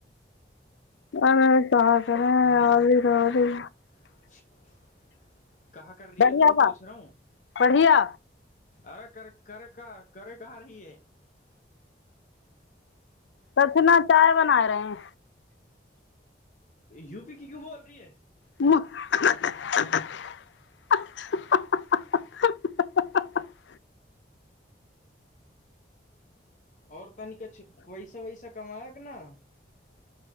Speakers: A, on the left; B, on the left.
A: अरे का करे रली रली
B: <inaudible> कर रही
A: बढ़िआ
B: है तू पूछ
A: बा
B: रहा हूँ
A: बढ़िआ
B: अरे कर कर का करे कहा रही है
A: कछुना चाय बना रहेैं
B: यूपी की क्यो बोल रही है
A: <unintelligible>
B: और पता न क वैसा वैसा कमााय अगना